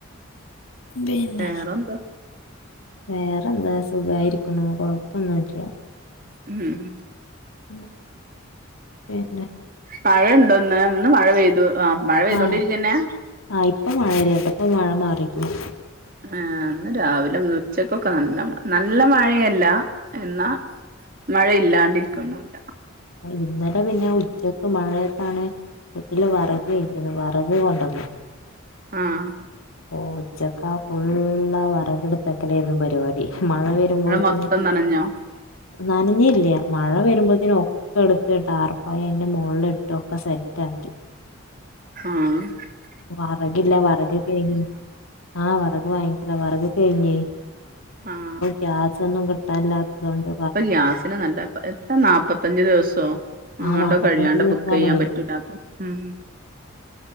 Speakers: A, on the left; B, on the right.
A: പിന്നെ
B: വേറെന്താ
A: വേറെന്താ സുഖയിരിക്കണു കൊഴപ്പൊന്നുംല്ല
B: ഉം
A: ഉം പിന്നെ
B: മഴുണ്ടോ ഇന്ന് ഇന്ന് മഴ പെയ്തു ആ മഴ പെയ്തോണ്ടിരിക്കന്നെ
A: ആഹ് ആഹ് ഇപ്പൊ മഴയില്ലട്ട ഇപ്പ മഴ മാറിക്കുന്നു
B: ഏന്ന് രാവിലെ ഉച്ചക്കൊക്കെ നല്ല നല്ല മഴയല്ല എന്നാ മഴ ഇല്ലാണ്ടരിക്കുന്നുല്ല
A: ഇന്നലെ പിന്നെ ഉച്ചക്ക് മഴയത്താണ് വട്ടില് വറക് കഴഞ്ഞ് രുന്ന് വറക് കൊണ്ടന്നു
B: ആഹ
A: ഓ ഉച്ചക്കാ ഫുള്ളാ വറക എടുത്തക്കലായിരുന്നു പരിപാടി മഴ വരുമ്പോഴത്തിന്
B: മൊത്തം നനഞ്ഞോ
A: നനഞ്ഞ ഇല്ല മഴ വരുമ്പോഴത്തിന് ഒക്കെഎടുത്ത്ട്ടാർപ്പായ അൻന്റെ മുകളിൽ ഇട്ടുംക്കെ സെറ്റ ആക്കി
B: ആഹ
A: വറകില്ല വരക കഴി ആഹ് വറക് വാങ്ങിക്കെല വറക് കഴിഞ്ഞേ
B: ആഹ്
A: ഗ്യാസൊന്നും കിട്ടാല്ലാത്തോണ്ട്
B: ഇപ്പൊ ഗ്യാസിന് നല്ല എത്ര നാല്പ്പത്തഞ്ച് ദിവസോ അങ്ങാണ്ടോ
A: ആഹ് നാപ്പത്തഞ്ച്
B: കഴിയാണ്ട
A: ദിവസാണേ
B: ബുക്ക്യ്യാൻ പറ്റൂല ഉം